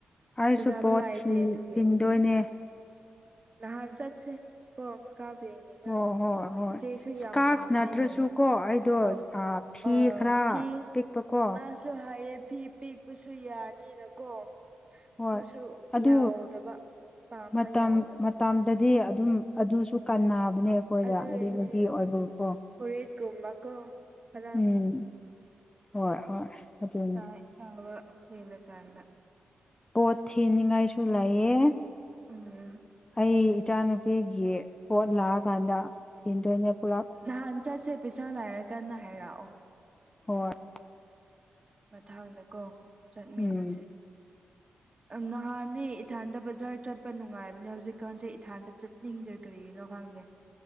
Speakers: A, on the left; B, on the right.
A: ꯑꯩꯁꯨ
B: ꯇꯖꯥꯕ
A: ꯄꯣꯠ
B: ꯂꯥꯏꯇ
A: ꯊꯤ
B: ꯇꯨꯒꯤ
A: ꯊꯤꯟꯗꯣꯏꯅꯦ
B: ꯂꯍꯥꯟ ꯆꯦ ꯀꯣ ꯀꯥ ꯄꯛꯅꯤꯉꯥꯏ
A: ꯍꯣꯏ ꯍꯣꯏ ꯍꯣꯏ
B: ꯏꯆꯦꯁꯨ
A: ꯏꯁꯀꯥꯔꯐ
B: ꯌꯥꯝ ꯄꯥꯝꯃꯦ
A: ꯅꯠꯇ꯭ꯔꯁꯨ
B: ꯍꯥꯏꯌꯦ
A: ꯀꯣ ꯑꯩꯗꯣ
B: ꯑ
A: ꯑꯥ ꯐꯤ
B: ꯑ
A: ꯈꯔ
B: ꯐꯤ
A: ꯄꯤꯛꯄꯀꯣ
B: ꯃꯥꯁꯨ ꯍꯥꯏꯌꯦ ꯐꯤ ꯄꯦꯛꯄꯁꯨ ꯌꯥꯅꯤꯅꯀꯣ
A: ꯍꯣꯏ
B: ꯑꯗꯨꯁꯨ ꯌꯥꯎꯗꯕ
A: ꯑꯗꯨ
B: ꯄꯥꯝꯕ
A: ꯃꯇꯝ
B: ꯌꯥꯎꯗꯕ
A: ꯃꯇꯝꯗꯗꯤ ꯑꯗꯨꯝ ꯑꯗꯨꯁꯨ ꯀꯟꯅꯕꯅꯦ ꯑꯩꯈꯣꯏꯗ
B: ꯑꯗꯨꯏꯅꯦ
A: ꯍꯥꯏꯗꯤ ꯅꯨꯄꯤ ꯑꯣꯏꯕꯕꯨꯀꯣ
B: ꯎꯝ ꯐꯨꯔꯤꯠꯀꯨꯝꯕꯀꯣ ꯈꯔ
A: ꯎꯝ ꯍꯣꯏ ꯍꯣꯏ ꯑꯗꯨꯅꯤ
B: ꯇꯥ ꯇꯥꯕ ꯀꯂ ꯀꯔꯂ
A: ꯄꯣꯠ ꯊꯤꯅꯤꯡꯉꯥꯏꯁꯨ ꯂꯩꯑꯦ
B: ꯎꯝ
A: ꯑꯩ ꯏꯆꯥꯅꯨꯄꯤꯒꯤ ꯄꯣꯠ ꯂꯥꯛꯑꯀꯥꯟꯗ ꯊꯤꯟꯗꯣꯏꯅꯦ ꯄꯨꯂꯞ
B: ꯅꯍꯥꯟ ꯆꯠꯁꯦ ꯄꯩꯁꯥ ꯂꯥꯏꯔ ꯀꯟꯅ ꯍꯥꯏꯔꯛꯑꯣ
A: ꯍꯣꯏꯣꯏ
B: ꯃꯊꯥꯡꯗꯀꯣ ꯆꯠꯃꯤꯟꯅꯣꯁꯦ
A: ꯎꯝ
B: ꯅꯍꯥꯟꯅꯦ ꯏꯊꯥꯟꯗ ꯕꯖꯥꯔ ꯆꯠꯄ ꯅꯨꯡꯉꯥꯏꯕꯅꯦ ꯍꯧꯖꯤꯛꯀꯥꯟꯁꯦ ꯏꯊꯥꯟꯗ ꯆꯠꯅꯤꯡꯗ꯭ꯔꯦ ꯀꯔꯤꯒꯤꯅꯣ ꯈꯪꯗꯦ